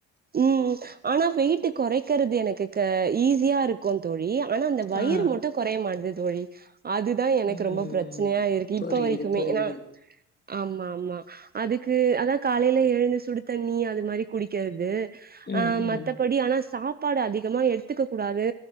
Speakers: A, on the right (about 30°); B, on the left (about 35°).
A: ம் ம் ஆனா வெயிட்டு கொறைக்கிறது எனக்கு க ஈஸியா இருக் க்கு தோழி ஆனா அந்த வயிறு
B: ஆ ஆ
A: மட்டு கொறய மாட்டது தோழி அதுதா எனக்கு
B: ம்
A: ரொம்ப ப்ரச்சனயா இருக்கு
B: புரியுது
A: இப்ப வரைக்குமே
B: புரியுது
A: எனா ஆமா ஆமா அதுக்கு அதா காலைல எழுந்து சுடு தண்ணி அது மாரி குடிக்கறது
B: ம்,
A: ஆ
B: ம்.
A: மத்தபடி ஆனா சாப் பாடு அதிகமா எடுத்துக்க கூடாது